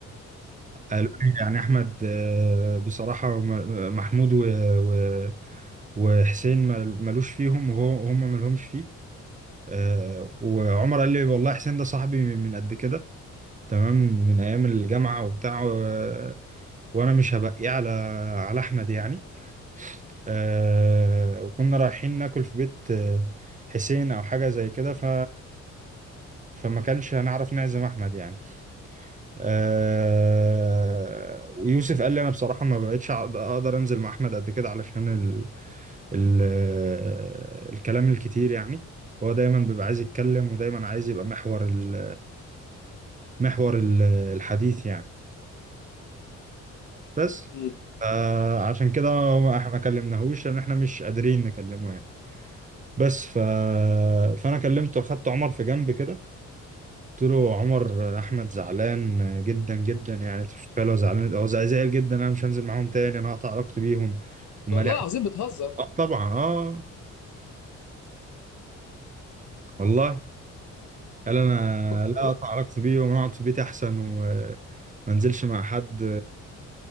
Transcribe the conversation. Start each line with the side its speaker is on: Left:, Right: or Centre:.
Right: قالوا لي يعني احمد آه، بصراحة م- محمود و- و- وحسين مل- ملوش فيهم وهو هم ملهمش فيه آه، وعمر قال لي والله حسين ده صاحبي من قد كده تمام من ايام الجامعة وبتاع و- وانا مش هبقيه على على احمد يعني آه، وكنا رايحين ناكل في بيت آه، حسين او حاجه زي كده ف فما كانش هنعرف نعزم احمد يعني آه، ويوسف قال لي انا بصراحه ما بقتش أع- اقدر انزل مع احمد قد كده علشان ال... ال... آه، الكلام الكتير يعني هو دايما بيبقى عايز يتكلم ودايما عايز يبقى محور ال... محور ال- الحديث يعني بس
Left: امم
Right: آه، عشان كده ما ما كلمناهوش لان احنا مش قادرين نكلمه يعني بس ف... فانا كلمته اخدت عمر في جنب كده قلت له عمر احمد زعلان جدا جدا يعني انت مش متخيل هو زعلان هو زع- زعل جدا انا مش هنزل معاهم تاني انا هقطع علاقتي بيهم هم
Left: والله
Right: ليه
Left: العظيم بتهزر
Right: اه طبعا اه والله قال انا
Left: فكك
Right: لا
Left: من ايه
Right: اقطع علاقتي بيهم انا اقعد في بيتي احسن وما انزلش مع حد